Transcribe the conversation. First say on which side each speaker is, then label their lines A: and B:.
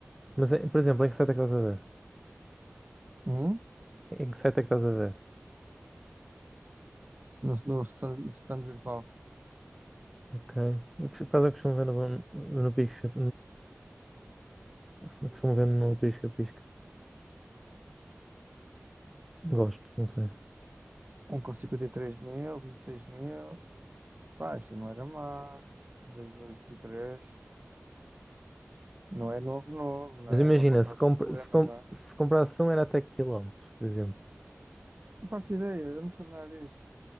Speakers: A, in the centre; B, on the right.
A: Mas, é- por exemplo, em que site é que estás a ver?
B: Hum?
A: Em que site é que estás a ver?
B: No, no, stand, no stand virtual.
A: Ok. Eu por acaso eu costumo ver no, no pisca. Eu Costumo ver no pisca-pisca. Gosto, não sei.
B: Um com cinquenta e três mil, vinte e seis mil. Pá, isto não era má. dois mil e vinte e três Não é novo, novo, não
A: Mas
B: é?
A: imagina,
B: Já pode ter
A: se,
B: alguns
A: compra,
B: problemas,
A: se, com-
B: não é?
A: se comparação era até quilómetros, por exemplo.
B: Não faço ideia, eu não percebo nada disso.